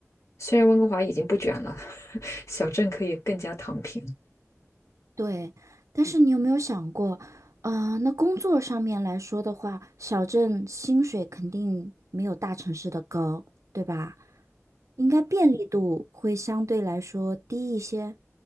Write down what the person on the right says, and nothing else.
对，但是你有没有想过，呃，那工作上面来说的话，小镇薪水肯定没有大城市的高，对吧？应该便利度会相对来说低一些，